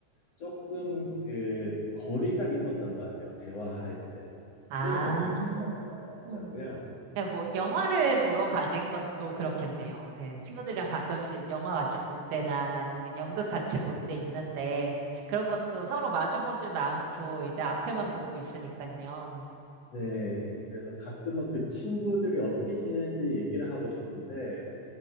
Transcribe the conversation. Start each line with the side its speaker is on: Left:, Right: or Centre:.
Left: 조금 그 거리가 있었던 것 같아요. 대화할 때.
Right: 아,
Left: 그거는 조금 그런 것 같더라고요.
Right: 음. 그냥 뭐 영화를 보러 가는 것도 그렇겠네요. 그 친구들이랑 가끔씩 영화 같이 볼 때나 아니면 연극 같이 볼 때 있는데 그런 것도 서로 마주 보지도 않고 이제 앞에만 보고 있으니까요.
Left: 네, 그래서 가끔은 그 친구들이 어떻게 지내는지 얘기를 하고 싶은데,